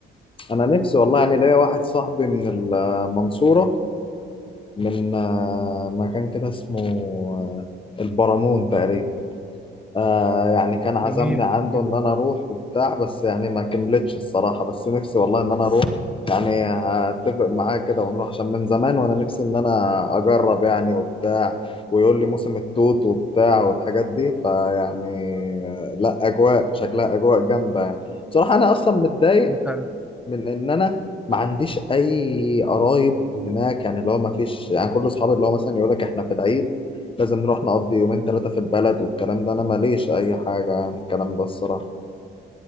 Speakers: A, on the left (about 25°); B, in the centre.
A: انا نفسي والله يعني ليا واحد صاحبي من المنصوره من آه، مكان كده اسمه آه، البرامون تقريبا آه يعني كان عزمني
B: جميل
A: عنده
B: مم.
A: ان انا اروح وبتاع بس يعني ما كملتش الصراحة بس نفسي والله ان انا اروح يعني هتفق معاه كده ونروح عشان من زمان وانا نفسي ان انا اجرب يعني وبتاع ويقول لي موسم التوت وبتاع والحاجات دي فيعني آه، لا اجواء شكلها اجواء جامدة يعني بصراحة انا اصلا متضايق
B: انت
A: من ان انا ما عنديش اي قرايب هناك يعني اللي هو ما فيش يعني كل اصحابي اللي هو مثلا يقول لك احنا في العيد لازم نروح نقضي يومين ثلاثة في البلد والكلام ده انا ماليش اي حاجة يعني الكلام ده الصراحة